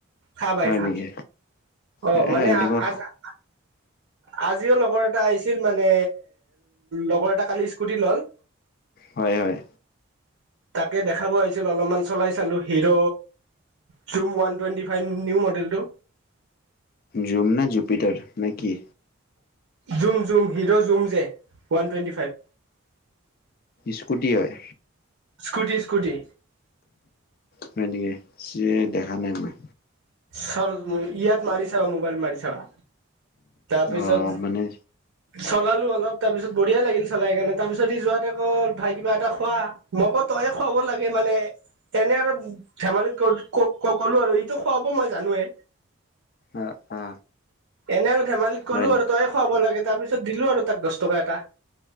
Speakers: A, on the right (about 80°); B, on the left (about 45°).
A: খা ভাই
B: হয়
A: খা
B: নেকি
A: অ
B: এ
A: মানে
B: এনেকুৱা
A: আজিও লগৰ এটা আহিছিল মানে লগৰ এটা কালি স্কুটি ল'ল
B: হয় হয়
A: তাকে দেখাব আহিছিলো অলপমান চলাই চালো হিৰ' চুম ওৱান টুৱেণ্টি ফাইভ নিউ মডেলটো
B: জুম না জুপিটাৰ নে কি
A: জুম জুম হিৰ' জুম যে ৱান টুৱেণ্টি ফাইভ
B: স্কুটি হয়
A: স্কুটি স্কুটি
B: হয় নেকি সে দেখা নাই মই
A: চ ইয়াত মাৰি ছাবা মোবাইল মাৰি ছাবা তাৰপিছত
B: অ মানে
A: চলাল অলপ তাৰপিছত বঢিয়া লাগিল চাই কাৰণ তাৰ পিছত ই যোৱাতেকৌ ভাই কিবা এটা খোৱা মকো তয়ে খুৱাব লাগে মানে এনে আৰু ধেমালি কৰ ক ক'লো আৰু এইটো খোৱাাব মই জানোৱে
B: অ অ
A: এনে আৰু ধেমালিত কলো
B: হয় নি
A: আৰু তইয়ে খুৱাব লাগে তাৰপিছত দিলো আৰু তাক দছ টকা এটা